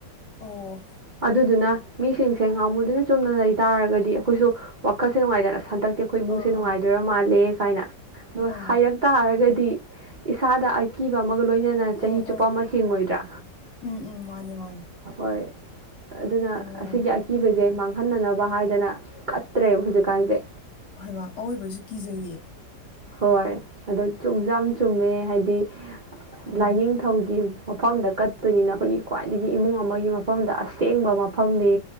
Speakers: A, on the left; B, on the right.
A: ꯑꯣ
B: ꯑꯗꯨꯗꯨꯅ ꯃꯤꯁꯤꯡꯁꯦ ꯉꯥꯃꯨꯗꯨꯅ ꯆꯨꯝꯅ ꯂꯩꯇꯥꯥꯔꯒꯗꯤ ꯗꯤ ꯑꯩꯈꯣꯏꯁꯨ ꯋꯥꯈꯜꯁꯦ ꯅꯨꯡꯉꯥꯏꯗꯅ ꯍꯟꯗꯛꯇꯤ ꯑꯩꯈꯣꯏ ꯏꯃꯨꯡꯁꯦ
A: ꯑꯥ
B: ꯅꯨꯡꯉꯥꯏꯗꯣꯏꯔꯥ
A: ꯑꯥ
B: ꯃꯥꯜꯂꯦ ꯀꯥꯏꯅ ꯑ
A: ꯑꯥ
B: ꯍꯥꯏꯔꯛ ꯇꯥꯔꯒꯗꯤ ꯏꯁꯥꯗ ꯑꯀꯤꯕ ꯑꯃꯒ ꯂꯣꯏꯅꯅ ꯆꯍꯤ
A: ꯑꯥ
B: ꯆꯨꯞꯄ
A: ꯑꯥ
B: ꯑꯃ ꯍꯤꯡꯉꯣꯏꯗ꯭ꯔꯥ
A: ꯎꯝ ꯎꯝ ꯃꯥꯅꯦ ꯃꯥꯅꯦ
B: ꯍꯣꯏ ꯑꯗꯨꯅ
A: ꯑꯣ
B: ꯑꯁꯤꯒꯤ ꯑꯀꯤꯕꯁꯦ ꯃꯥꯡꯍꯟꯅꯅꯕ ꯍꯥꯏꯗꯅ ꯑꯠꯇꯦ ꯍꯧꯖꯤꯛꯀꯥꯟꯁꯦ
A: ꯍꯣꯏꯕ ꯑꯋꯣꯏꯕꯒꯤꯁꯨ ꯀꯤꯖꯩꯌꯦ
B: ꯍꯣꯏ ꯑꯗꯣ ꯆꯨꯝꯁꯨ ꯌꯥꯝ ꯆꯨꯝꯃꯦ ꯍꯥꯏꯗꯤ
A: ꯎꯝ
B: ꯂꯥꯏꯅꯤꯡꯊꯧꯒꯤ ꯃꯐꯝꯗ ꯀꯠꯇꯣꯏꯅꯤꯅ ꯑꯩꯈꯣꯏꯒꯤ ꯈ꯭ꯋꯥꯏꯗꯒꯤ ꯏꯃꯨꯡ ꯑꯃꯒꯤ ꯃꯐꯝ ꯃꯐꯝꯗ ꯑꯁꯦꯡꯕ ꯃꯐꯝꯅꯤ